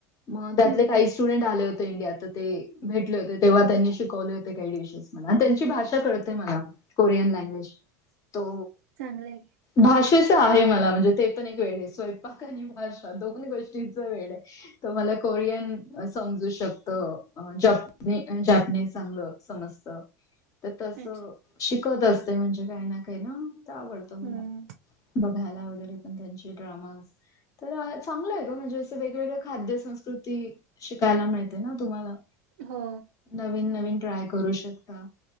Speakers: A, on the left (about 40°); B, on the right (about 80°).
A: मग
B: हम्म
A: त्यातले
B: हम्म
A: काही स्टुडंट आले होते इंडियात. त ते भेटले होते. तेव्हा त्यांनी शिकवले होते काही डिशेस. मना त्यांची भाषा कळते मला कोरियन लँग्वेज. तो
B: चांगलंय.
A: भाषेचा आहे मला म्हणजे ते पण एक वेड हे. स्वयंपाक आणि भाषा दोन गोष्टीचा वेड आहे. त मला कोरियन समजू शकतं. अ जपनी जापनीज चांगलं समजत. त तसं
B: अच्छा
A: शिकत असते. म्हणजे काही ना, काही ना त आवडतं मला.
B: हम्म.
A: बघायला वगैरे पण त्यांचे ड्रामास. तराज चांगलं आहे ग म्हणजे असं वेगवेगळं खाद्य संस्कृती शिकायला मिळते ना तुम्हाला.
B: हो.
A: नवीन नवीन ट्राय करू शकता